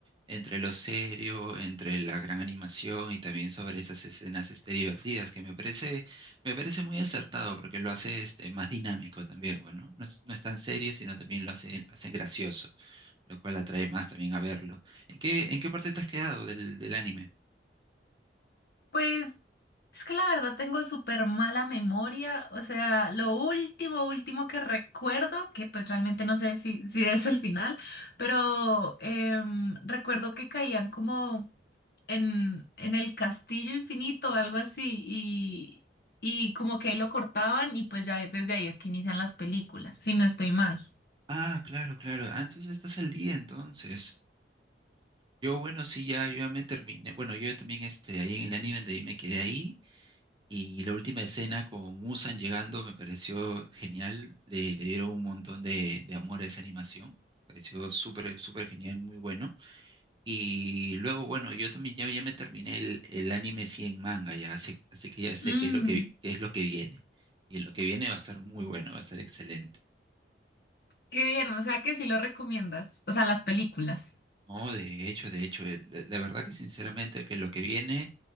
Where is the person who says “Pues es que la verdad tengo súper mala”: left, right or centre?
Left